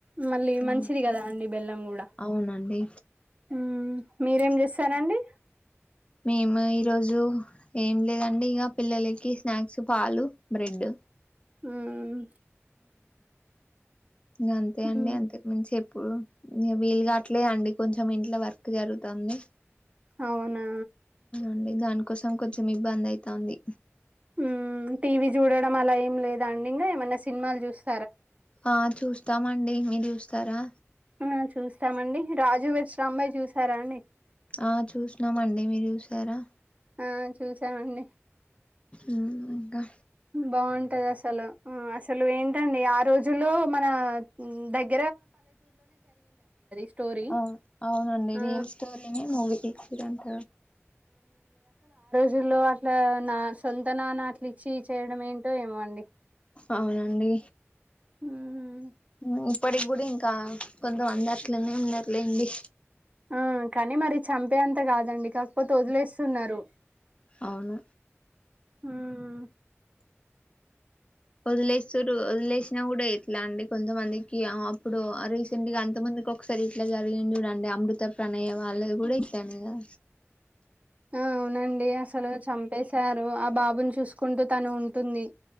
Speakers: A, on the right; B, on the left.
A: మళ్ళీ
B: అవును
A: మంచిది కదా అండి బెల్లం గూడ,
B: అవునండి
A: ఉమ్ మీరేం జేస్తారండి.
B: మేము ఈ రోజు ఏం లేదండి ఇగా, పిల్లలకి స్నాక్స్ పాలు, బ్రెడ్.
A: ఉమ్మ్.
B: ఇంగా అంతే అండి,
A: ఉమ్,
B: అంతక్ మించి చెప్. ప్పుడు ఇగ వీల్ కాట్లేదండి, కొంచెం ఇంట్లో వర్క్ జరుగుతాంది.
A: అవునా.
B: <unintelligible> దానికోసం కొంచెం ఇబ్బంది అయితాంది.
A: ఉమ్ టీ వీ చూడడం అలా ఏం లేదఅండి ఇంగా, ఏమన్నా సినిమాలు జూస్త్.
B: ఆ చూస్తామండి, మీర్ చూస్తారా.
A: ఆ చూస్తామండి రాజు వెడ్స్ రాంబయి చూసారా అండి
B: ఆ చూసినాం అండి మీరు చూసారా
A: ఆ చూసామండి
B: ఉమ్ ఇంకా
A: బాగుంటది అసలు ఆ అసలు ఏంటండి ఆ రోజుల్లో మన దగ్ స్టోరీ.
B: అవ్ అవునండి
A: ఆ
B: రియల్ స్టోరీనే మూవీకి చిరంట
A: జుల్లో అట్లా నా సొంత నాన్న అట్ల ఇచ్చి చేయడం ఏంటో ఏమో అండి
B: అవునండి
A: హ్మ్.
B: మ్ ఇప్పటికి కూడా ఇంకా కొంతమంది అట్లనే ఉన్నరు లెండి
A: ఆ కానీ మరి చంపే అం త కాదండి కాకపోతే వదిలేస్తున్నారు
B: అవును
A: హ్మ్.
B: వదిలేస్తుర్రు వదిలేసినా కూడా ఎట్లా అండి కొంతమందికి అప్పుడు రీసెంట్ గా అంత మందికి ఒకసారి ఇట్లా జరిగింది చూడండి అమృత ప్రణయ్ వాళ్ళదీ కూడా ఇట్లనే గదా
A: ఆ అవునండి అసలు చంపేశార్ రు ఆ బాబుని చూసుకుంటూ తను ఉంటుంది